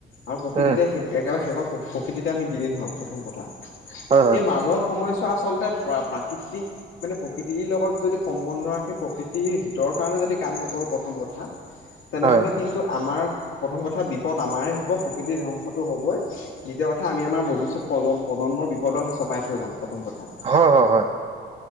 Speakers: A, on the left; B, on the right.
A: আৰু প্ৰকৃতিতে
B: উম
A: একেবাৰে শেষত প্ৰকৃতিতে আমি বিলীন হম প্ৰথম কথা
B: হয় হয়
A: এই মাজৰ সময় ছোৱা আচলতে প্ৰাকৃতিক মানে প্ৰকৃতিৰ লগত যদি সম্বন্ধ সেই প্ৰকৃতিৰ হিতৰ কাৰণে যদি কাম নকৰো প্ৰথম কথা তেনেহলে
B: হয়
A: কিন্তু আমাৰ প্ৰথম কথা বিপদ আমাৰে হ'ব প্ৰকৃতিৰ ধ্বংসটো হ'বই দ্বিতীয় কথা আমি আমাৰ ভৱিষ্যত প্ৰ প্ৰজন্মৰ বিপদো আমি চপাই থৈ যাম প্ৰথম কথা
B: হয় হয় হয়